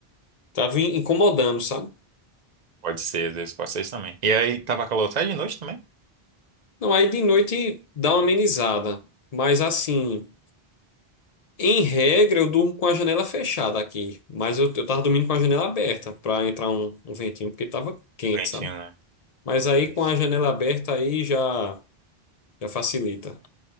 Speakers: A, on the left; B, on the right.
A: tava in- incomodando, sabe?
B: Pode ser, às vezes pode ser isso também. E aí tava calor até de noite também?
A: Não, aí de noite dá uma amenizada, mas assim, em regra eu durmo com a janela fechada aqui, mas eu, eu tava dormindo com a janela aberta pra entrar um, um ventinho, porque tava quente,
B: Ventinho,
A: sabe?
B: né?
A: Mas aí
B: Isso.
A: com a janela aberta aí já, já facilita.